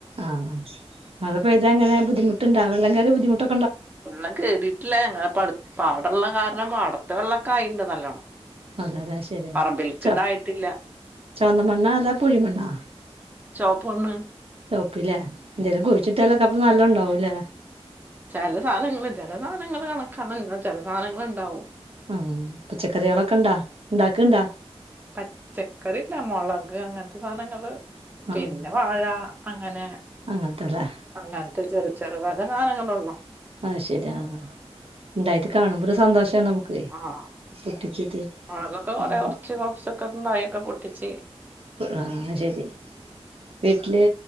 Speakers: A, on the right; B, on the right.
A: ആഹ് മഴപെയ്താൽ ഇങ്ങനെ ബുദ്ധിമുട്ടുയിണ്ടാ വെള്ളം കേറി ബുദ്ധിമുട്ടോ
B: വെള്ളം കേറിട്ടില്ല ഞങ്ങൾ പാട പാടള്ള കാരണം പാടത്തെ വെള്ളക്കെ ആയിണ്ട് നല്ലോണം.
A: അതെല്ലേ ശരിയെന്ന
B: പറമ്പിൽക്ക്ണ്ടായിട്ടില്ല
A: ചോ ചെമന്നമണ്ണോ അതൊ പൂഴിമണ്ണോ
B: ചൊപ്പ്മണ്ണ്
A: ചൊവപ്പില്ലേ എന്തേലും കുഴിച്ചിട്ടല്ലക്കെപ്പ നല്ല ഉണ്ടാവൂല്ലേ.
B: ചെല സാധനങ്ങള് ചെല സാധനങ്ങള് കണക്കാണ് ചെല സാധനങ്ങള് ഇണ്ടാവും.
A: ഉം പച്ചക്കറികളൊക്കൊണ്ടാ ഒണ്ടാക്കിണ്ടാ
B: പച്ചക്കറി ഇല്ല മെളക് അങ്ങനത്തെ സാധനങ്ങള് പിന്നെ
A: ആഹ്
B: വാഴ അങ്ങനെ
A: അങ്ങനത്തെല്ലേ
B: അങ്ങനത്തെ ചെറു ചെറുവക സാധനങ്ങള് ഉള്ളൂ.
A: ആ ശരി ആ ഉണ്ടായിട്ട് കാണുമ്പോ ഒരു സന്തോഷം നമുക്ക്.
B: ആ
A: പൊട്ടിച്ചിട്ട്
B: മെളകൊക്കെ കൊറെ
A: ഉം.
B: പറിച്ച് കൊറച്ചെക്കെ ഒണ്ടായിക്കെ പൊട്ടിച്ച്.
A: ആ ശരി വീട്ടില്